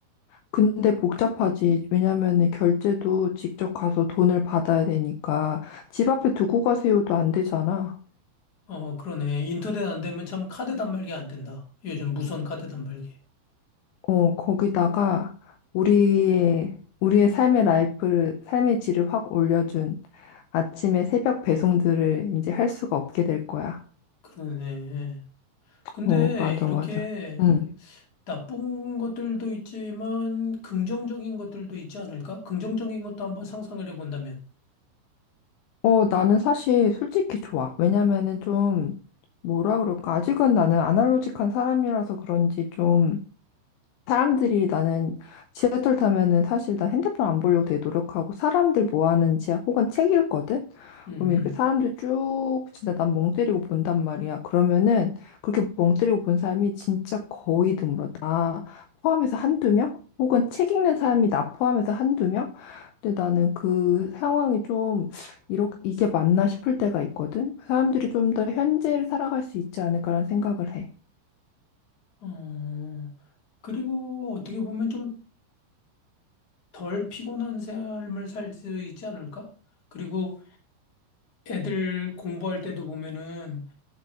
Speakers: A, on the left; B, on the left.
A: 근데 복잡하지. 왜냐면은 결제도 직접 가서 돈을 받아야 되니까 집 앞에 두고 가세요도 안 되잖아.
B: 어, 그러네. 인터넷 안 되면 참 카드 단말기 안 된다. 요즘 무선 카드 단말기.
A: 어, 거기다가 우리의 우리의 삶의 라이프를 삶의 질을 확 올려준 아침에 새벽 배송들을 이제 할 수가 없게 될 거야.
B: 그러네. 근데
A: 어, 맞아,
B: 이렇게
A: 맞아. 응.
B: 나쁜 것들도 있지만 긍정적인 것들도 있지 않을까? 긍정적인 것도 한번 상상을 해본다면.
A: 어, 나는 사실 솔직히 좋아. 왜냐면은 좀 뭐라 그럴까? 아직은 나는 아날로직한 사람이라서 그런지 좀 사람들이 나는 지하철 타면은 사실 나 핸드폰 안 보려고 되게 노력하고 사람들 뭐 하는지 혹은 책 읽거든?
B: 음,
A: 그럼 이렇게 사람들 쭉 진짜 난 멍 때리고 본단 말이야. 그러면은 그렇게 멍 때리고 본 사람이 진짜 거의 드물어. 나 포함해서 한두 명? 혹은 책 읽는 사람이 나 포함해서 한두 명? 근데 나는 그 상황이 좀 이렇게 이게 맞나 싶을 때가 있거든? 사람들이 좀 더 현재를 살아갈 수 있지 않을까라는 생각을 해.
B: 음. 어, 그리고 어떻게 보면 좀 덜 피곤한 삶을 살 수 있지 않을까? 그리고 애들 공부할 때도 보면은